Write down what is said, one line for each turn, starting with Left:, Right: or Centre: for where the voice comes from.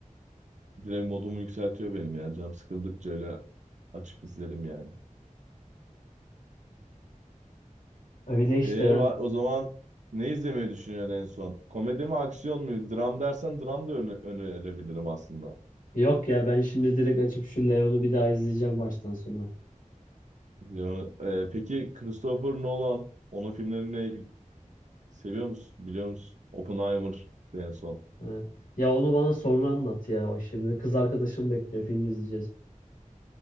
Right: Direkt modumu yükseltiyor benim yani. Canım sıkıldıkça öyle açıp izlerim yani.
Left: Öyle işte
Right: Ee,
Left: ben
Right: va- o zaman ne izlemeyi düşünüyorsun en son? Komedi mi, aksiyon mu? Dram dersen dram da öne önerebilirim aslında.
Left: Yok ya ben şimdi direkt açıp şu Leon'u bir daha izleyeceğim baştan sona.
Right: Yani, e, peki Christopher Nolan, onun filmlerini seviyor musun? Biliyor musun? Oppenheimer en son.
Left: Ha. Ya onu bana sonra anlat ya. O şimdi kız arkadaşım bekliyor film izleyeceğiz.